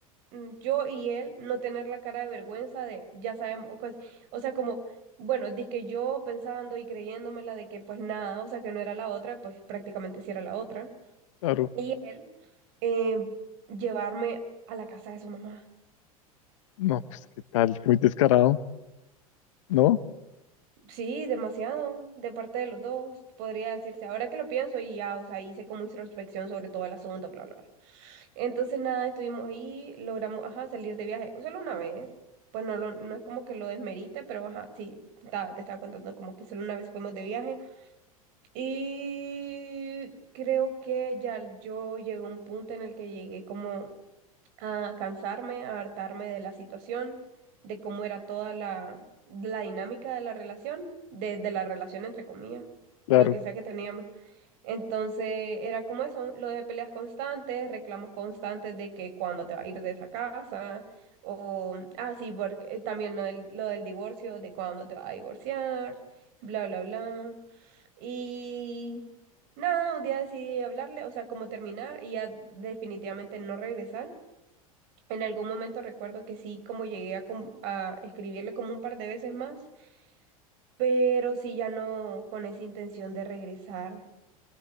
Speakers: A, on the right; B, on the left.
A: mm, yo y él no tener la cara de vergüenza de, ya sabemos, o, cos- o sea, como, bueno, que yo pensando y creyéndomela de que pues nada, o sea, que no era la otra, pues prácticamente sí era la otra.
B: claro.
A: Y él eh, llevarme a la casa de su mamá.
B: No, pues, ¿qué tal? Muy descarado, ¿no?
A: Sí, demasiado, de parte de los dos, podría decirse. Ahora que lo pienso y ya, o sea, hice como introspección sobre todo el asunto, bla, bla, bla. Entonces nada, estuvimos ahí, logramos, ajá, salir de viaje solo una vez. Pues no, lo- no es como que lo desmerite, pero ajá, sí, ta- te estaba contando como que solo una vez fuimos de viaje. Y creo que ya yo llegué a un punto en el que llegué como a cansarme, a hartarme de la situación, de cómo era toda la, la dinámica de la relación, de, de la relación entre comillas,
B: Claro,
A: o lo que sea que teníamos. Entonces era como eso, lo de peleas constantes, reclamos constantes de que cuándo te va a ir de esa casa, o, ah, sí, porque, eh, también lo del, lo del divorcio, de cuándo te vas a divorciar, bla, bla, bla. Y nada, un día decidí hablarle, o sea, como terminar y ya definitivamente no regresar. En algún momento recuerdo que sí, como llegué a, com- a escribirle como un par de veces más, pero sí ya no con esa intención de regresar.